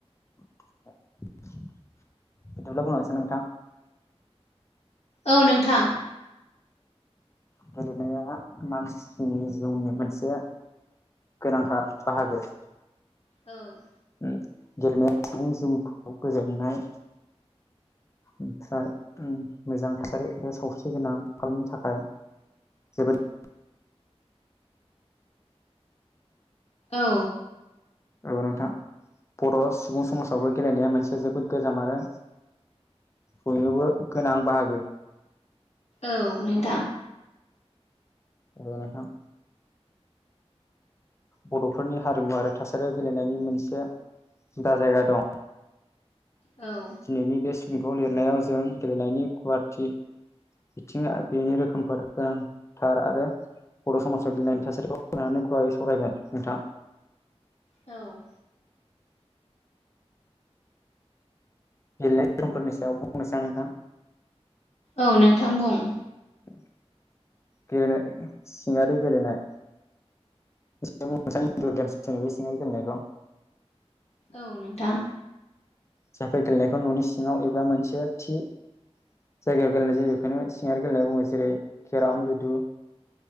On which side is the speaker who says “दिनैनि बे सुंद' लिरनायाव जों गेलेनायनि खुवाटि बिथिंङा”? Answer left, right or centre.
Left